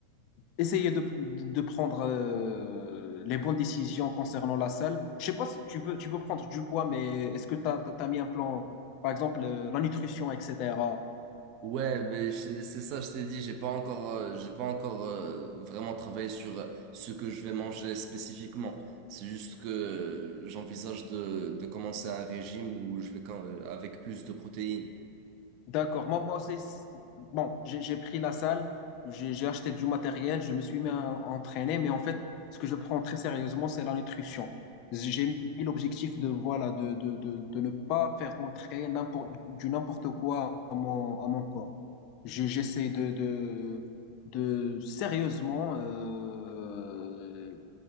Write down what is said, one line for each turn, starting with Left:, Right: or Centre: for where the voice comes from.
Left: essayé de, de prendre euh, les bonnes décisions concernant la salle. Je sais pas si tu veux, tu veux prendre du poids, mais est-ce que tu as, mis un plan, par exemple, euh, la nutrition, etc.
Right: Ouais, mais c'est c'est ça, je t'ai dit, j'ai pas encore, euh, j'ai pas encore euh, vraiment travaillé sur euh, ce que je vais manger spécifiquement. C'est juste que euh, j'envisage de, de commencer un régime où je vais quand- euh, avec plus de protéines.
Left: D'accord. Moi, moi aussi, c'est- bon, j'ai j'ai pris la salle, j'ai j'ai acheté du matériel, je me suis mis à entraîner, mais en fait, ce que je prends très sérieusement, c'est la nutrition. J'ai mis l'objectif de, voilà, de, de, de, de ne pas faire rentrer n'importe, du n'importe quoi à mon, à mon corps. J'ai- J'essaie de, de, de sérieusement euh,